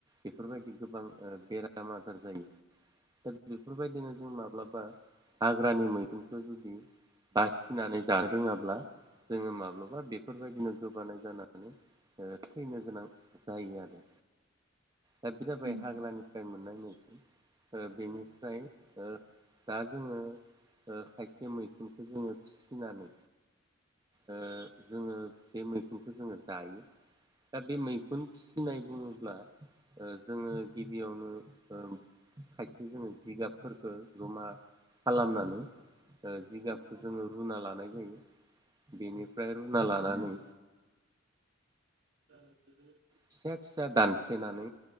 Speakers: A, on the right; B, on the right.
A: बेफोरबायदि गोबां ओ बेराम आजार जायो दा बेफोरबायदिनो जों माब्लाबा हाग्रानि मैगंखौ जुदि बासिनानै जानो रोंङाब्ला जोंङो माब्लाबा बेफोरबायदिनो गोबानाय जानानै ओ थैनो गोनां जायो आरो दा बे जाबाय
B: उम
A: हाग्रानि सिनाय मोननाय मैखुन ओ
B: औ
A: बेनिफ्राय ओ दा जोंङो ओ खायसे मैखुनखौ जोंङो फि फिनानै ओ जोंङो बे मैखुनखौ जोंङो जायो बे मैखुन फिसिनाय बुङोब्ला ओ जोंङो गिबियावनो ओ खायसे जोंङो जिगाबफोरखौ जमा खालामनानै ओ जिगाबखौ जोंङो रुना लानाय जायो बेनिफ्राय रुना लानानै
B: <unintelligible>
A: फिसा फिसा दानफ्लेनानै